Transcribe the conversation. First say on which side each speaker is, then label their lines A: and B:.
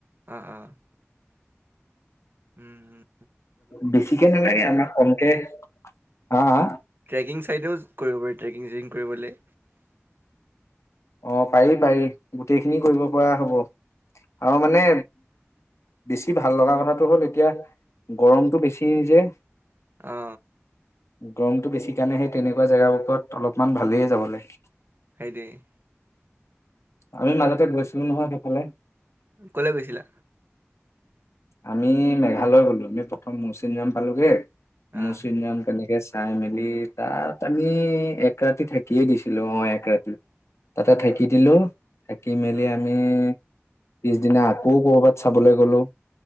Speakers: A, on the right; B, on the left.
A: আঃ - আঃ উম, ' উম',
B: বেছিকে নালাগে আমাক কমকে, হা- হা।
A: ট্ৰেকিং চাইদেও কৰিব পাৰি ট্ৰেকিং -জিং। কৰিবলে,
B: অ, 'পাৰি -পাৰি, গোটেইখিনি কৰিব পৰা হ'ব। অ, মানে, বেছি ভাল লগা কথাটো হ'ল এতিয়া, গৰমটো বেছি যে।
A: অ।
B: গৰমতটো বেছি কাৰণে সেই তেনেকুৱা জেগাবোৰত অলপমান ভালেই যাবলে।
A: <unintelligible>
B: আমি মাজতে গৈছিলোঁ নহয় সেইফালে।
A: ক'লৈ গৈছিলা?
B: আমি মেঘালয় গ'লো, আমি প্ৰথম মৌছিনৰাম পালোগে। মৌছিনৰাম
A: অ
B: তেনেকে চাই মেলি তাত আমি এক ৰাতি থাকিয়ে দিছিলো, অ, এক ৰাতি। তাতে থাকি
A: উম
B: দিলো। থাকি মেলি
A: উম
B: আমি, পিছদিনা আকৌ কৰ'বাত চাবলৈ গ'লোঁ।